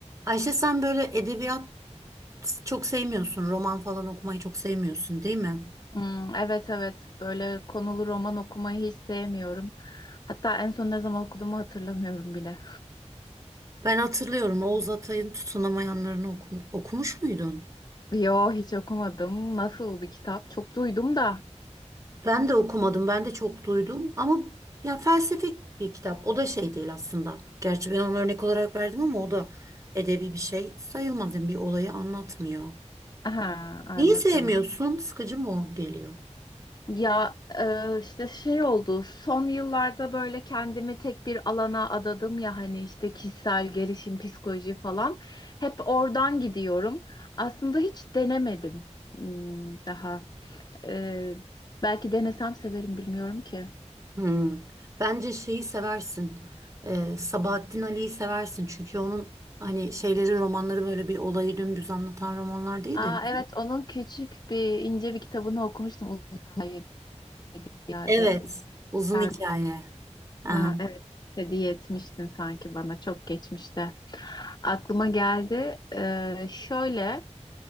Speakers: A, on the right; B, on the left.
A: Ayşe sen böyle edebiyat çok sevmiyorsun. Roman falan okumayı çok sevmiyorsun, değil mi?
B: Hmm, evet evet böyle konulu roman okumayı hiç sevmiyorum. Hatta en son ne zaman okuduğumu hatırlamıyorum bile.
A: Ben hatırlıyorum Oğuz Atay'ın Tutunamayanlarını okum- okumuş muydun?
B: Yo hiç okumadım. Nasıl bir kitap? Çok duydum da.
A: Ben de okumadım. Ben de çok duydum ama ya felsefik bir kitap. O da şey değil aslında. Gerçi ben onu örnek olarak verdim ama o da edebi bir şey sayılmaz. Yani bir olayı anlatmıyor.
B: Aha, anladım.
A: Niye sevmiyorsun? Sıkıcı mı o geliyor?
B: Ya e, işte şey oldu. Son yıllarda böyle kendimi tek bir alana adadım ya hani işte kişisel gelişim, psikoloji falan. Hep oradan gidiyorum. Aslında hiç denemedim hmm, daha. E, belki denesem severim bilmiyorum ki.
A: Hmm. Bence şeyi seversin. Ee, Sabahattin Ali'yi seversin. Çünkü onun hani şeyleri romanları böyle bir olayı dümdüz anlatan romanlar değil
B: Aa,
A: de. <laughs>
B: evet onun küçük bir ince bir kitabını okumuştum uzun hikaye diye herhalde.
A: Evet. Uzun
B: Sen,
A: hikaye. Aha.
B: ha, evet hediye etmiştin sanki bana çok geçmişte. Aklıma geldi Ee, şöyle